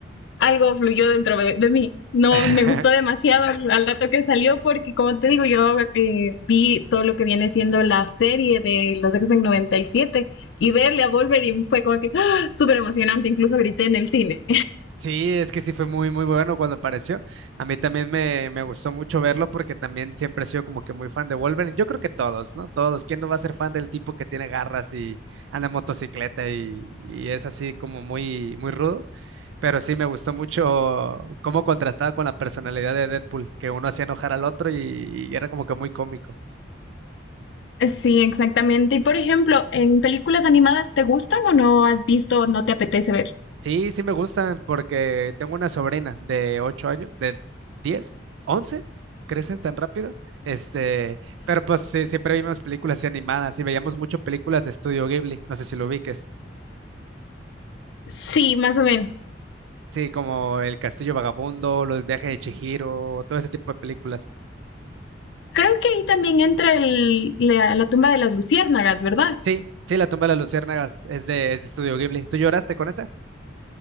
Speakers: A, on the left; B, on the right.
A: algo fluyó dentro de, de, mí. No,
B: <laughs>
A: me gustó demasiado al al rato que salió porque, como te digo, yo eh, vi todo lo que viene siendo la serie de los X-Men 97 y siete y verle a Wolverine fue como que ¡ah! súper emocionante, incluso grité en el cine.
B: Sí, es que sí fue muy, muy bueno cuando apareció. A mí también me, me gustó mucho verlo porque también siempre he sido como que muy fan de Wolverine. Yo creo que todos, ¿no? Todos. ¿Quién no va a ser fan del tipo que tiene garras y anda en motocicleta y, y es así como muy, muy rudo? Pero sí me gustó mucho cómo contrastaba con la personalidad de Deadpool, que uno hacía enojar al otro y, y era como que muy cómico.
A: Sí, exactamente. Y, por ejemplo, ¿en películas animadas te gustan o no has visto o no te apetece ver?
B: Sí, sí me gustan porque tengo una sobrina de 8 años, de 10, 11, crecen tan rápido. Este, pero pues sí, siempre vimos películas así animadas y veíamos mucho películas de Estudio Ghibli, no sé si lo ubiques.
A: Sí, más o menos.
B: Sí, como El Castillo Vagabundo, Los Viajes de Chihiro, todo ese tipo de películas.
A: Creo que ahí también entra el, la, la tumba de las luciérnagas, ¿verdad?
B: Sí, sí, La tumba de las luciérnagas es de, es de Estudio Ghibli. ¿Tú lloraste con esa?